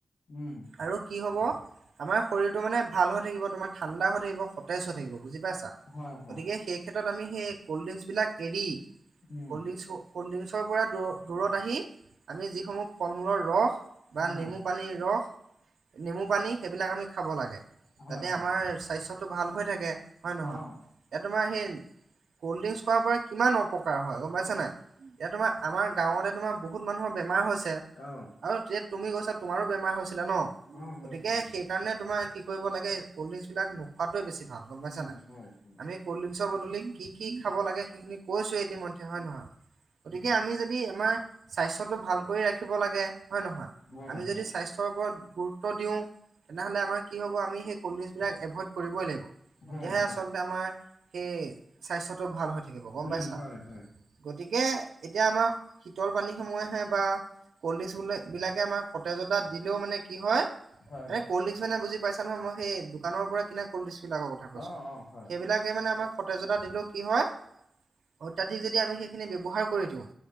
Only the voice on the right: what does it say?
আৰু কি হ'ব আমাৰ শৰীৰটো মানে ভাল হৈ থাকিব তোমাৰ ঠাণ্ডা হৈ থাকিব সতেজ হৈ থাকিব বুজি পাইছা
গতিকে সেই ক্ষেত্ৰত আমি সেই কল্ড ড্ৰিংকচ বিলাক এৰি
কল্ড ড্ৰিংকচ ক'ল্ড ড্ৰিংকছৰ পৰা দূৰত আহি আমি যি সমূহ ফল মূলৰ ৰস বা
নেমু পানীৰ ৰস নেমু পানী সেইবিলাক আমি খাব লাগে
যাতে
আমাৰ স্বাস্থ্যটো ভাল হৈ থাকে হয় নহয়
এতিয়া তোমাৰ সেই কল্ড ড্ৰিংকছ খোৱাৰ পৰা কিমান অপকাৰ হয় গম পাইছা নাই এতিয়া তোমাৰ আমাৰ গাঁৱতে তোমাৰ বহুত মানুহৰ বেমাৰ হৈছে
আৰু এতিয়া তুমি গৈছা তোমাৰো বেমাৰ হৈছিলে ন
গতিকে সেইকাৰণে তোমাৰ কি কৰিব লাগে কল্ড ড্ৰিংকছবিলাক নোখোৱাটোৱে বেছি ভাল গম পাইছা
নাই
আমি কল্ড ড্ৰিংকছৰ বদলি কি কি খাব লাগে সেইখিনি কৈছো গতিম ধ্যে হয় নহয় গতিকে
আমি যদি আমাৰ স্বাস্থ্যটো ভাল কৰি ৰাখিব লাগে হয় নহয়
আমি যদি
স্বাস্থ্যৰ ওপৰত গুৰুত্ব দিওঁ তেনেহলে আমাৰ কি হব আমি সেই কল্ড ড্ৰিচ বিলাক এভইড কৰিবই লাগিব তেতিয়াহে
আচল লতে আমাৰ সেই স্বাস্থ্যটো ভাল হৈ থাকিব গম
পাইছা
গতিকে এতিয়া আমাৰ শীতল পানীসমূহে আহে বা কল্ড ড্ৰিংকছ চলদিঙ বিলাকে আমাৰ সতেজতা দিলেও মানে কি হয় এনে
কল্ড্ৰিংকছ মানে বুজি পাইছা নহয় মই সেই দোকানৰ পৰা কিনা কলিদিচ বিলাকৰ কথা কৈছো
সেইবিলাকে
মানে আমাৰ সতেজতা দিলেও কি হয় অত্যাধিক যদি আমি সেইখিনি ব্যৱহাৰ কৰি দিওঁ